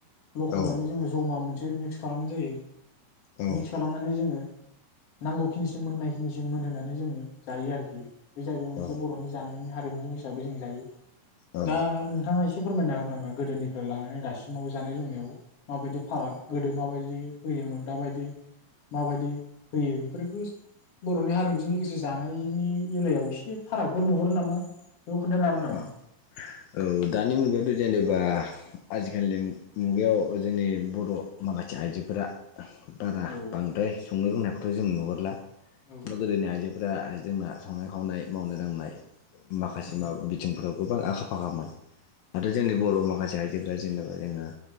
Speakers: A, on the left; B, on the left.
A: लखबनानै
B: औ
A: जोंङो जमा मोन एसे मिक्स खालामनाय जायो।
B: औ
A: मिक्स खालामनानै जोङो नांगौखिनिसिम मोननायखिनिसिम मोनहोनानै जोङो जायो आरोखि बे जाहैबाय मोनसे
B: औ
A: बर'नि जानायनि हार हारिमु हिसाबै जों जायो
B: औ
A: दा नोंथाङा एसे एसे फोरमायना हागोन नामा गोदोनिफ्राय लानानै दासिमाव जानाय लोंनायाव माबायदि फाराग गोदो माबायदि होयोमोन दाबायदि माबायदि होयो बेफोरखौ बर'नि हारिमुजों लोगोसे जानायनि बेलायाव एसे फारागबो नुहरो नामा बेखौ खोन्थानो हागोन नामा?
B: औ औ दानि मुगायावथ' जेनेबा आजिखालिनि मुगायाव जोंनि बर' माखासे आइजोफोरा बारा
A: औ
B: बांद्राय संनो रोंनायखौथ' जों नुहुरला
A: औ
B: गोदोनि आइजोफोरा जोंना संनाय खावनाय मावनाय दांनाय मा बा
A: औ
B: बिथिंफोराव गोबां आखा फाखामोन दाथ' जोंनि बर' माखासे आइजो <unintelligible> जोङो